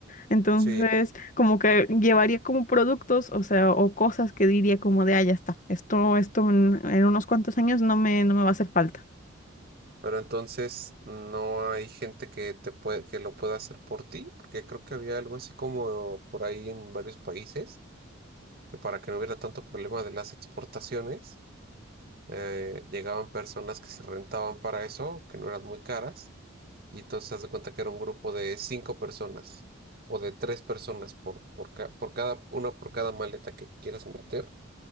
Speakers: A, on the left; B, on the right.
A: Entonces,
B: Sí.
A: como que llevaría como productos, o sea, o cosas que diría como de, ah, ya está, esto, esto en, en unos cuantos años no me, no me va a hacer falta.
B: Pero entonces no hay gente que te puede, que lo pueda hacer por ti, porque creo que había algo así como por ahí en varios países, que para que no hubiera tanto problema de las exportaciones, eh, llegaban personas que se rentaban para eso, que no eran muy caras Y entonces haz de cuenta que era un grupo de cinco personas o de tres personas por, por, ca- por cada, una por cada maleta que quieras meter.